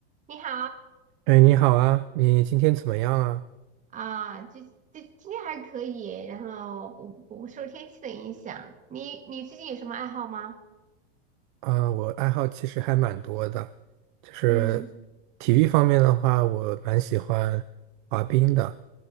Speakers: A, on the right (about 25°); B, on the right (about 50°).
A: 你好
B: 哎，你好啊，你今天怎么样啊？
A: 啊，这这今天还可以，然后不不受天气的影响。你你最近有什么爱好吗？
B: 啊，我爱好其实还蛮多的，就是体育方面的话，
A: 嗯，
B: 我蛮喜欢滑冰的，